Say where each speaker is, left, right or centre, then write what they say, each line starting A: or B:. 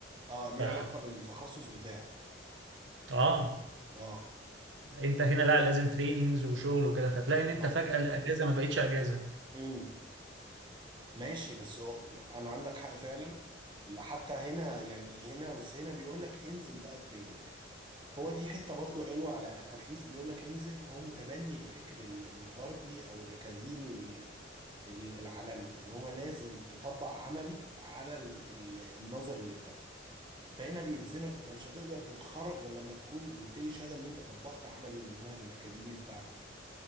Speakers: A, on the right (about 25°); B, on the right (about 75°).
A: اه ليه
B: ف
A: علاقه بالتخصص بتاعك
B: اه
A: اه
B: انت هنا لا لازم تريننجز وشغل وكده فتلاقي ان انت
A: مع
B: فجاه الاجازه ما بقتش اجازه
A: امم ماشي بس هو انا عندك حق فعلا حتى هنا يعني هنا بس هنا بيقول لك انزل بقى تريننج هو دي حتة برضو حلوة على اتليست بيقول لك انزل هو متبني الفكر ال- الغربي او الاكاديمي ال- ال- العالمي ان هو لازم تطبق عملي على ال- ال- النظر اللي بتاخده فهنا بيلزمك انت مش هتقدر تتخرج غير لما تكون جبت لي شهادة ان انت طبقت عملي للمنهج الاكاديمي بتاعك ده.